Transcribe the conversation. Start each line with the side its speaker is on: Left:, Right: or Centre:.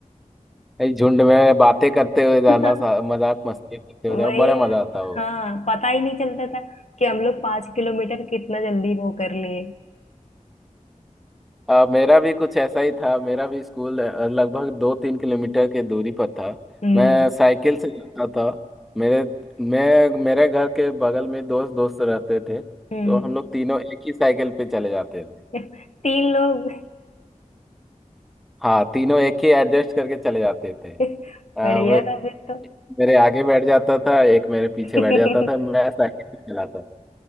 Centre: ये झुंड में बातें करते हुए
Left: <laughs>
Centre: जाना सा- मजाक मस्ती करते
Left: वही
Centre: हुए जाना बड़ा
Left: है,
Centre: मजा आता हो
Left: हाँ पता ही नहीं चलता था कि हम लोग पांच किलोमीटर कितना जल्दी वो कर लिए
Centre: अ, मेरा भी कुछ ऐसा ही था मेरा भी स्कूल अ, लगभग दो तीन किलोमीटर की दूरी पर था
Left: हम्म
Centre: मैं साइकिल से जाता था मेरे मैं मेरे घर के बगल में दोस्त दोस्त रहते थे
Left: हम्म
Centre: तो हम लोग तीनों एक ही साइकिल पे चले जाते थे
Left: <laughs> तीन लोग
Centre: हाँ तीनों एक ही एडजस्ट करके चले जाते
Left: <laughs>
Centre: थे अ,
Left: बढ़िया
Centre: वो
Left: था फिर तो
Centre: मेरे आगे बैठ जाता था एक मेरे पीछे
Left: <laughs>
Centre: बैठ जाता था मैं साइकिल पे चलाता